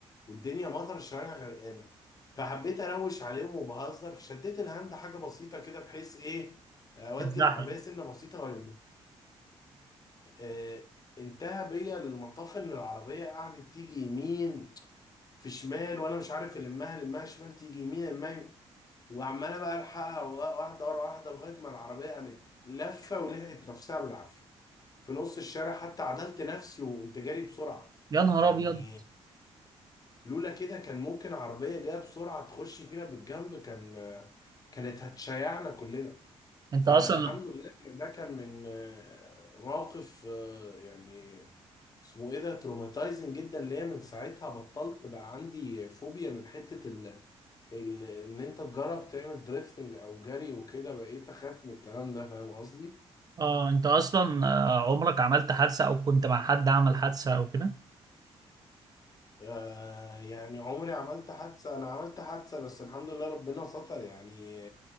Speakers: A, on the left; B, on the right.
A: والدنيا مطر الشوارع غرقانه فحبيت اروش عليهم وبهزر فشديت الهاند حاجه بسيطه كده بحيث ايه آه، اودي
B: اتزحلق
A: العربيه سنه بسيطه والم آه انتهى بيا المطاف ان العربيه قعدت تيجي يمين في شمال وانا مش عارف المها المها شمال تيجي يمين المها يمين. وعماله بقى الحقها واحده ورا واحده لغايه ما العربيه قامت لفه ولحقت نفسها بالعافيه في نص الشارع حتى عدلت نفسي وقمت جاري بسرعه
B: يا نهار
A: يعني
B: ابيض
A: لولا كده كان ممكن عربية جاية بسرعة تخش فينا بالجنب كان كانت هتشيعنا كلنا
B: انت
A: فالحمد
B: اصلا
A: لله إن ده كان من آه، موقف آه، يعني اسمه ايه ده تروماتايزنج جدا ليا من ساعتها بطلت بقى عندي فوبيا من حتة ال... ال... ان انت تجرب تعمل دريفتنج او جري وكده بقيت اخاف من الكلام ده فاهم قصدي؟
B: اه انت اصلا آه، عمرك عملت حادثه او كنت مع حد عمل حادثه او كده
A: آه يعني عمري عملت حادثة انا عملت حادثة بس الحمد لله ربنا ستر يعني